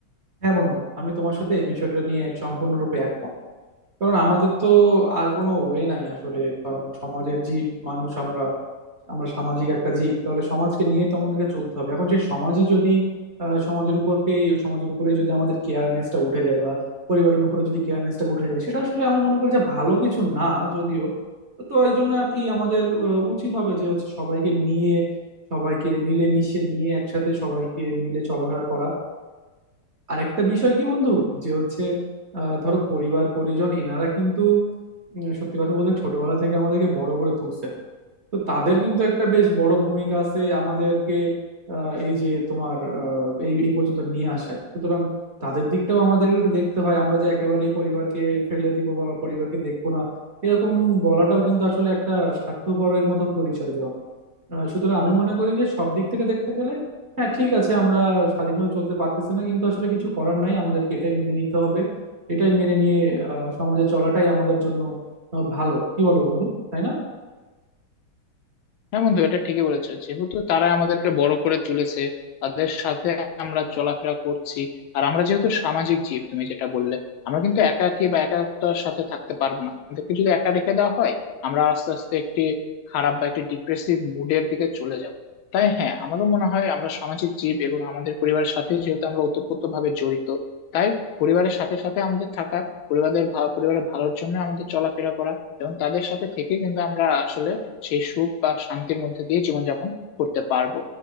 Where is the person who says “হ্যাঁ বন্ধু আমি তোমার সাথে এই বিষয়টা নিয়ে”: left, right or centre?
Right